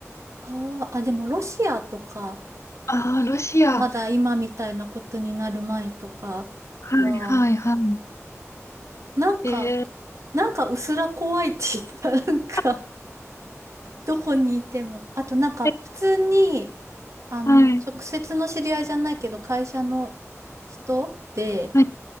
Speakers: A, on the right; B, on the left.
A: 川、あ、でもロシアとか、
B: ああー、ロシア。
A: まだ今みたいなことになる前とかは、
B: はいはいは
A: なんか、
B: い。へえ。
A: なんかうすら怖いって言ったら、なんか
B: あ
A: どこにいても。あとなんか普通に、
B: え
A: あの、
B: はい
A: 直接の知り合いじゃないけど、会社の人で、
B: は